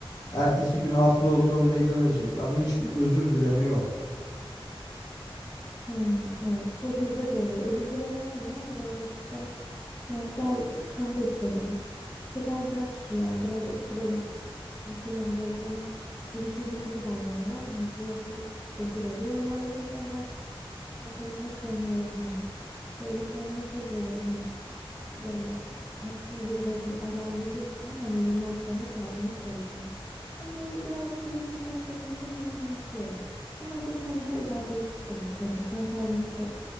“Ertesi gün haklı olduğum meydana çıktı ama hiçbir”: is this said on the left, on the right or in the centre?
Left